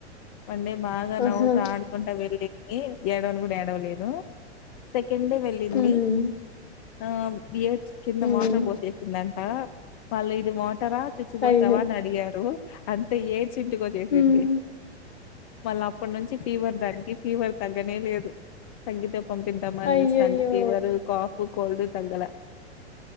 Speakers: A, on the left (about 30°); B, on the left (about 65°).
A: వన్ డే బాగా నవ్వుతూ
B: ఆహా
A: ఆడుకుంటా వెళ్ళింది ఏడవని కూడా ఏడవ లేదు కింద వెళ్ళింది
B: ఉమ్
A: ఆ బియర్డ్స్ కింద
B: ఉమ్
A: వాటర్ బోట్సిందం ట వాళ్ళు ఇది వాటర్ ఆ చుచ్చిపోతావా
B: అయ్యో
A: అని అడిగారు అంటే ఏడ్ చిట్కో చేసింది
B: ఉమ్
A: మళ్ళీ అప్పటి నుంచి ఫీవర్ దానికి ఫీవర్ తగ్గనే లేదు తగితే పంపిందాం అని
B: అయ్యయ్యో
A: చూస్తా ఉంటే ఫీవర్ కాఫ్ కోల్డ్ తగ్గల